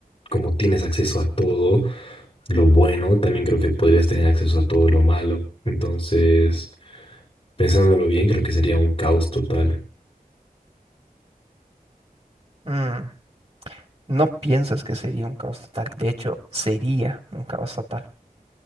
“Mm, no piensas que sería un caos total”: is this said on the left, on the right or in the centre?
Right